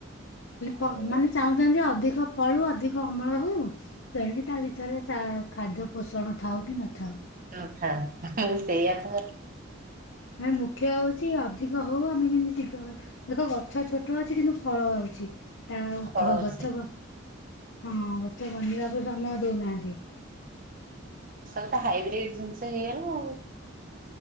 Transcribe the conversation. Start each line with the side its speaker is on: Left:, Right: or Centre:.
Right: ଆଉ
Left: ଖାଲି ମାନେ ଚାହୁଁଛନ୍ତି ଯେ ଅଧିକ ଫଳୁ ଅଧିକ ଅମଳ ହଉ। ତଣକି ତା ଭିତରେ ତା ଖାଦ୍ୟ ପୋଷଣ ଥାଉ କି ନଥାଉ।
Right: କଥା ସେଇଆକୁ
Left: ମ ମୁଖ୍ୟ ହଉଛି ଅଧିକ ହଉ ଆମେ କେମତି ଶୀଘ୍ର ଦେଖ ଗଛ ଛୋଟ ଅଛି କିନ୍ତୁ ଫଳ ଆଉଛି। ତା ଆଉ
Right: ଫଳ
Left: କହ
Right: ଅଛି।
Left: ଗଛବ ହଁ ଗଛ ବନିବାକୁ ସମୟ ଦଉନାହାନ୍ତି।
Right: ସବ ତ ହାଇବ୍ରିଡ ଜିନିଷ ହେଇଗଲା।